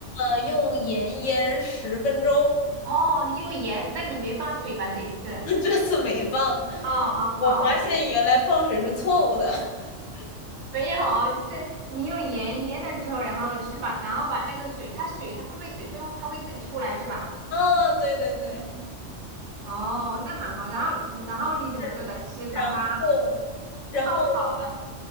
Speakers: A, on the left; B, on the right.
A: 呃，用盐腌十分钟，
B: 哦，你用盐，那你没放水吧？这一次？
A: <laughs> 这次没放。
B: 哦哦，
A: 我发现原来放水是错误的。
B: 好，
A: <laughs>
B: 没有，就是你用盐腌了之后，然后是吧？然后把那个水，它水它会不会水分它会自己出来是吧？
A: 啊，对对对，
B: 哦，那蛮好。然后，嗯然后你怎么做的？
A: 是。
B: 就是把它
A: 然后，
B: 是爆炒的，
A: 然后